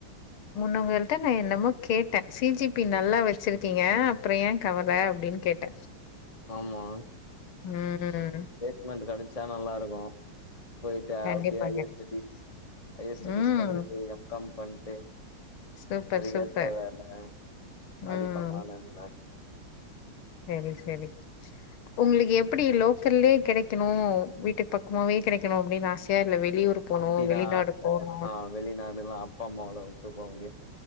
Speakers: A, on the left; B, on the left.
A: முன்ன உங்கள்ட்ட நா என்னமோ கேட்ட சி ஜி பி நல்லா வச்சிருக்கீங்க அப்பறோ ஏன் கவல அப்டின்னு கேட்ட
B: ஆமா
A: ம்
B: பிலேஸ்மெண்ட் கடைச் ச்சா நல்லா இருக்கு போய்ட்டா
A: கண்டிப்பா
B: அப்டியே ஐ
A: கெடைக்கு
B: யே செக் பி ஹையர் ஸ்டடிஸ்
A: ம்
B: பண்ணிட்டு எம் காம் பண்ட்டு
A: சூப்பர்
B: அதுகேத்த
A: சூப்பர்
B: வெல
A: ம்
B: அடிப்பன்லானிருந்த
A: சேரி சேரி உங்களுக்கு எப்டி லோக்கல்லே கெடைக்கணு வீட்டுக்கு பக்கமாவே கெடைக்கணு அப்டின்னு ஆசையா இல்ல வெளியூர் போணு,
B: அப்டிதா
A: வெளிநாடு
B: ஆச
A: போணு.
B: ஆஹா வெளிநாடு லா அப்பா அம்மாவல உட்டு போக முடியாது